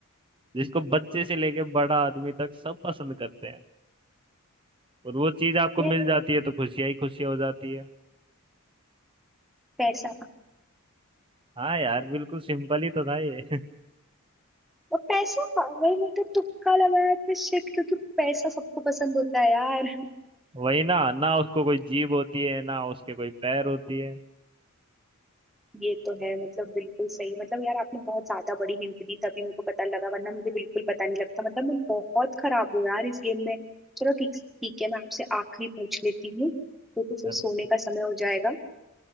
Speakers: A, on the right; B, in the centre.
A: जिसको बच्चे से लेके बड़ा आदमी तक सब पसंद करते हैं और वो चीज आपको
B: यार
A: मिल जाती है तो खुशियां ही खुशियां हो जाती है
B: पैसा
A: हाँ यार बिल्कुल सिंपल ही तो था ये
B: और पैसा का वही मतलब तुक्का लगाया था शिट क्योंकि पैसा सबको पसंद होता है यार
A: <laughs> वही ना ना उसको कोई जीभ होती है ना उसके कोई पैर होती है
B: ये तो है मतलब बिल्कुल सही मतलब यार आपने बहुत ज्यादा बड़ी हिंट दी तभी मेरे को पता लगा वरना मुझे बिल्कुल पता नहीं लगता मतलब मैं बहुत खराब हूँ यार इस गेम में चलो ठीक ठीक है मैं आपसे आखिरी पूछ लेती हूँ क्योंकि फिर
A: चलो
B: सोने का समय हो जाएगा